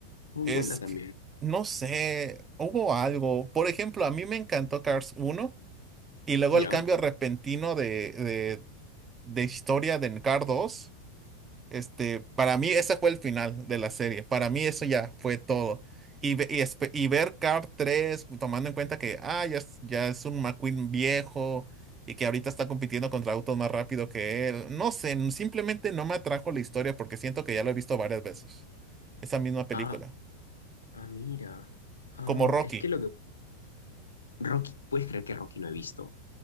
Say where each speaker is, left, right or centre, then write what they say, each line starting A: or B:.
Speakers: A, on the left (about 70°); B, on the right (about 20°).
A: muy
B: es
A: buena también.
B: que, no sé, hubo algo. Por ejemplo, a mí me encantó Cars uno Y luego
A: ¿Ya?
B: el cambio repentino de, de de historia de Card dos este, para mí ese fue el final de la serie. Para mí eso ya fue todo. Y, ve- y, espe- y ver Card tres tomando en cuenta que ah, ya, es- ya es un McQueen viejo y que ahorita está compitiendo contra autos más rápido que él. No sé, n- simplemente no me atrajo la historia porque siento que ya lo he visto varias veces. Esa misma película.
A: Ah, ah, mira. Ah,
B: Como Rocky.
A: es que lo que... Rocky, ¿puedes creer que Rocky no he visto?